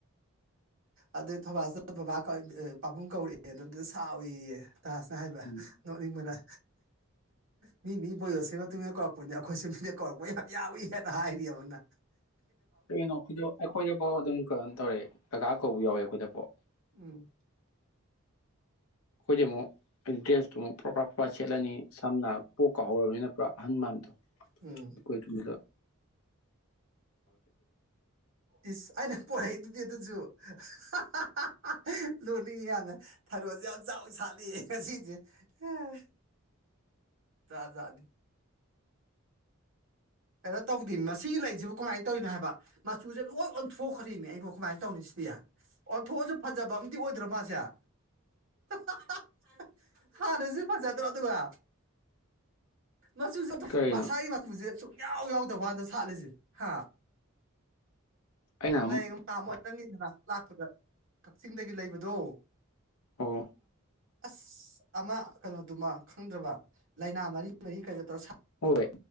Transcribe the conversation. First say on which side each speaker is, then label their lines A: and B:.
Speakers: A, on the right; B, on the left.
A: ꯑꯗꯩꯩ ꯊꯧꯕꯥꯜ ꯆꯠꯂ ꯕꯥꯕ ꯀꯧꯏ ꯑꯦ ꯄꯕꯨꯡ ꯀꯧꯔꯛꯑꯦ ꯑꯗꯨꯗ ꯁꯥꯎꯋꯦꯌꯦ ꯇꯥꯁꯅꯥ
B: ꯎꯝ
A: ꯅꯣꯛꯅꯤꯡꯕꯅ ꯃꯤ ꯃꯤ ꯕꯣꯏꯌꯣꯁ ꯃꯇꯨꯡ ꯏꯟꯅ ꯀꯧꯔꯛꯄꯅꯤ ꯑꯩꯈꯣꯏꯁꯨ ꯃꯤꯅ ꯀꯧꯔꯛꯄ ꯌꯥꯝ ꯌꯥꯎꯋꯤ ꯍꯦꯛꯇ ꯍꯥꯏꯔꯤꯕ
B: ꯀꯩꯅꯣ ꯑꯩ ꯈꯣꯏꯗꯐꯥꯎ ꯑꯗꯨꯝ ꯀꯥꯀꯥ ꯀꯧꯕ ꯌꯥꯎꯌꯦ ꯑꯈꯣꯏꯗꯐꯥꯎ
A: ꯎꯝ
B: ꯈꯣꯏꯗꯤ ꯃꯨꯛ ꯗ꯭ꯔꯦꯁꯇꯣ ꯐꯔꯣꯐ ꯐꯔꯣꯐ ꯁꯦꯠꯂꯅꯤ ꯁꯝꯅ ꯄꯣꯛꯀ ꯍꯧꯔꯕꯅꯤꯅ ꯄꯨꯔꯥ ꯑꯍꯟ ꯃꯥꯟꯕꯗꯣ
A: ꯎꯝ
B: ꯑꯩꯈꯣꯏ ꯇꯨꯝꯖꯤꯂꯥꯎ
A: ꯏꯁ ꯑꯩ ꯅ ꯄꯣꯏꯗꯨꯗꯤ ꯑꯗꯨꯖꯨ ꯍꯥ ꯍꯥ ꯍꯥ ꯍꯥ ꯅꯣꯛꯅꯤꯡꯉꯤ ꯌꯥꯝꯅ ꯊꯔꯣꯖꯦ ꯌꯥꯝ ꯆꯥꯎ ꯁꯥꯠꯂꯦꯌꯦ ꯉꯁꯤꯖꯦ ꯑꯥ ꯖꯥꯠ ꯖꯥꯠꯅꯤ ꯀꯩꯅꯣ ꯇꯧꯕꯗꯤ ꯃꯁꯤ ꯂꯩꯖꯤꯕꯨ ꯀꯃꯥꯏ ꯇꯧꯏꯅꯣ ꯍꯥꯏꯕ ꯃꯆꯨꯖꯦ ꯂꯣꯏ ꯑꯣꯟꯊꯣꯛꯈꯔ꯭ꯦꯃꯦ ꯑꯩ ꯕꯣ ꯀꯃꯥꯏ ꯇꯧꯅꯤ ꯁꯤꯗꯤ ꯑꯣꯟꯊꯣꯛꯑꯖꯨ ꯐꯖꯕ ꯑꯝꯗꯤ ꯑꯣꯏꯗꯔꯣ ꯃꯥꯖꯦ ꯍꯥ ꯍꯥ ꯍꯥꯟꯅꯖꯨ ꯐꯖꯗꯔꯣ ꯑꯗꯨꯒ ꯃꯆꯨꯖꯦ ꯑꯣꯟꯊꯣꯛ
B: ꯀꯩꯅꯣ
A: ꯃꯁꯥꯒꯤ ꯃꯆꯨꯖꯦ ꯁꯨꯛ ꯏꯌꯥꯎ ꯌꯥꯎꯗꯕꯋꯥꯟꯅꯤꯗ ꯁꯥꯠꯂꯤꯖꯦ ꯍꯥ
B: ꯑꯩꯅ ꯑꯃꯨꯛ
A: ꯂꯩ ꯎꯝ ꯅꯥꯍꯟꯃꯨꯛ ꯅꯪꯒꯤ ꯅꯅꯥꯛꯇ ꯂꯥꯛꯄꯗ ꯀꯛꯆꯤꯡꯗꯒꯤ ꯂꯩꯕꯗꯣ
B: ꯑꯣ
A: ꯑꯁꯁ ꯑꯃ ꯀꯩꯅꯣꯗꯨꯃꯥ ꯈꯪꯗꯔꯕ ꯂꯩꯅꯥ ꯃꯔꯤ ꯃꯔꯤꯒ ꯀꯩꯒꯥ ꯇꯧꯔꯥ ꯁꯥꯠ
B: ꯍꯣꯏ